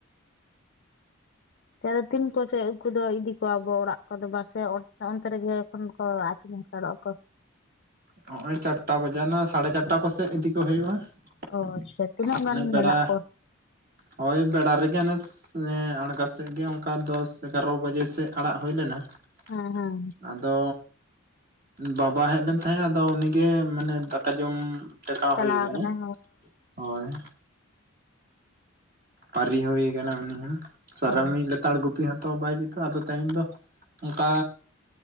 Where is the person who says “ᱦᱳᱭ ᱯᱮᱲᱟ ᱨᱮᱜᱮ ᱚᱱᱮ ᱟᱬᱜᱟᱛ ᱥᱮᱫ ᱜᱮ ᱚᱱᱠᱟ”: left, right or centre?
Right